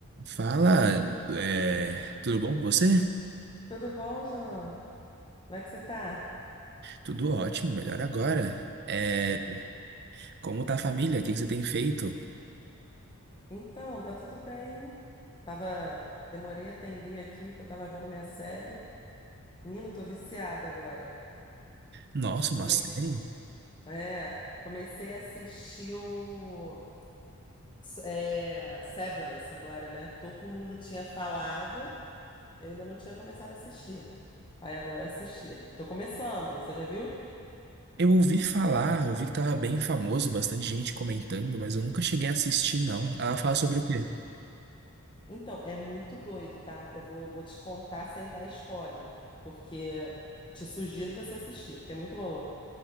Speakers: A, on the right; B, on the left.
A: Fala, é, tudo bom com você?
B: Tudo bom, João? Como é que você tá?
A: Tudo ótimo, melhor agora. É, como tá a família? O que que você tem feito?
B: Então, tá tudo bem. Tava, demorei a atender aqui, que eu tava vendo minha série. Menino, tô viciada agora.
A: Nossa,
B: Comecei,
A: uma série?
B: é, comecei a assistir o é, Severance agora, né? Todo mundo tinha falado, eu ainda não tinha começado a assistir. Aí agora eu assisti. Tô começando, você já viu?
A: Eu ouvi falar, eu vi que tava bem famoso, bastante gente comentando, mas eu nunca cheguei a assistir, não. Ela fala sobre o quê?
B: Então, é muito doido, tá? Eu vou, vou te contar sem dar spoiler, porque te sugiro você assistir, porque é muito boa.